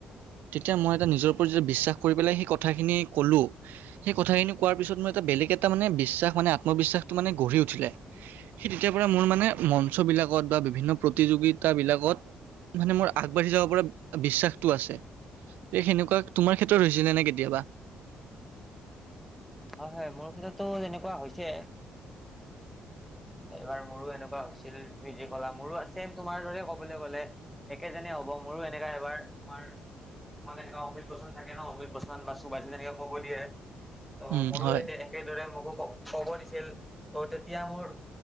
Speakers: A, on the right; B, in the centre.
A: তেতিয়া মই এটা নিজৰ ওপৰত যেতিয়া বিশ্বাস কৰি পেলাই সেই কথাখিনি ক'লোঁ সেই কথাখিনি কোৱাৰ পিছত মোৰ এটা বেলেগ এটা মানে বিশ্বাস মানে আত্মবিশ্বাসটো মানে গঢ়ি উঠিলে। সে তেতিয়াৰ পৰা মোৰ মানে মঞ্চ বিলাকত বা বিভিন্ন প্ৰতিযোগিতা বিলাকত মানে মোৰ আগবাঢ়ি যাব পৰা বিশ্বাসটো আছে। এই সেনেকুৱা, তোমাৰ ক্ষেত্ৰত হৈছিলে নে কেতিয়াবা?
B: হয়, হয়। মোৰ ক্ষেত্ৰটো তেনেকুৱা হৈছে। এইবাৰ মোৰো এনেকুৱা হৈছিল। তুমি যি কলা মোৰো আছিল তোমাৰ দৰে কবলে গলে। একে যেনে হ'ব। মোৰো এনেকা এবাৰ তোমাৰ মানে এনেকুৱা অমৃত বচন থাকে ন অমৃত বচন বা সুভাচিছ তেনেকে ক'ব দিয়ে। ত
A: উম,
B: মোৰো
A: হয়,
B: স একেদৰে মোকো ক'ব দিছিল ত তেতিয়া মোৰ